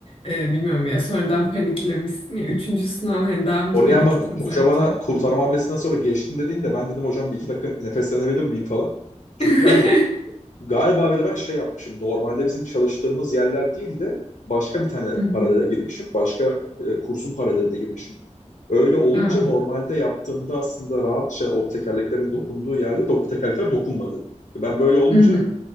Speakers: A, on the left (about 45°); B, on the left (about 75°).
A: e, bilmiyorum ya sonradan paniklemişsin ya. Üçüncü sınav hani daha mı
B: Oraya
A: paniktin
B: ama
A: sence?
B: hoca bana kurtarma hamlesinden sonra geçtim dediğinde ben dedim hocam bir iki dakika nefeslenebilir miyim falan. Çünkü
A: <laughs>
B: hani galiba bile ben şey yapmışım. Normalde bizim çalıştığımız yerler değil de başka bir tane
A: Hı hı.
B: paralele girmişim. Başka e, kursun paraleline girmişim. Öyle olunca
A: Aa.
B: normalde yaptığımda aslında rahatça o tekerleklerin dokunduğu yerde dok tekerlekler dokunmadı. Ben böyle olunca
A: Hı hı.